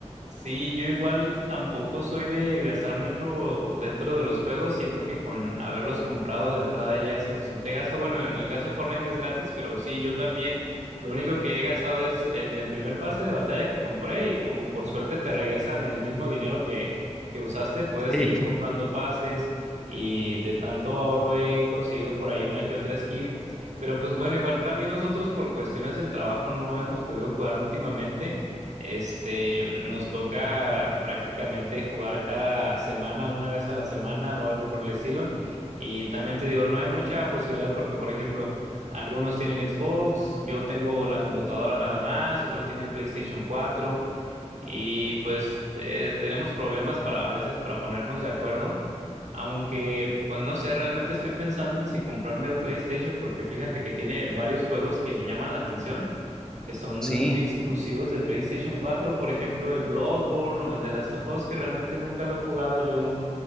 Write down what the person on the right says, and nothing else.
Sí, yo igual tampoco soy de gastar mucho dentro de los juegos. Siento que con haberlos comprado de entrada ya es suficiente gasto. Bueno, en el caso de Fortnite es gratis, pero sí, yo también lo único que he gastado es en el primer pase de batalla que compré y como por suerte te regresan el mismo dinero que, que usaste, puedes
seguir
comprando pases y de tanto ahorro he conseguido por ahí una que otra skin. Pero pues bueno, igual también nosotros por cuestiones del trabajo no hemos podido jugar últimamente. Este, nos toca prácticamente jugar cada semana, una vez a la semana o algo por el estilo. Y también te digo, no hay mucha posibilidad porque, por ejemplo, algunos tienen Xbox, yo tengo la computadora nada más, otro tiene el PlayStation cuatro. Y pues eh, tenemos problemas para a veces para ponernos de acuerdo, aunque pues no sé, realmente estoy pensando en si comprarme el PlayStation porque fíjate que tiene varios juegos que me llaman la atención, que son
exclusivos de PlayStation cuatro, por ejemplo el Bloodborne o el The Last of Us, que realmente nunca lo he jugado yo.